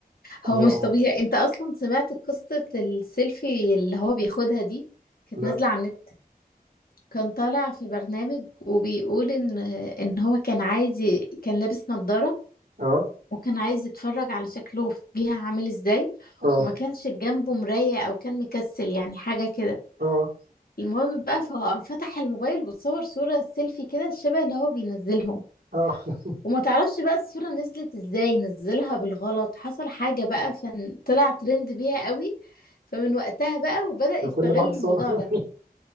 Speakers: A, on the left (about 70°); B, on the right (about 75°).
A: هو
B: آه،
A: مش
B: آه،
A: طبيعي انت اصلا سمعت قصة السيلفي اللي هو بياخدها دي كانت
B: لأ،
A: نازلة على النت كان طالع في برنامج وبيقول ان ان هو كان عايز ي- كان لابس نظارة
B: آه،
A: وكان عايز يتفرج على شكله في- بيها عامل ازاي
B: آه.
A: وما كانش جنبه مراية او كان مكسل يعني حاجة كده
B: اه
A: المهم بقى ففتح الموبايل وتصور صورة سيلفي كده شبه اللي هو بينزلهم
B: اه
A: وما تعرفش بقى الصورة نزلت ازاي نزلها بالغلط حصل حاجة بقى فطلع ترند بيها قوي فمن وقتها بقى وبدأ يستغل
B: <laughs> كل ما حد
A: الموضوع
B: صور <laughs>
A: ده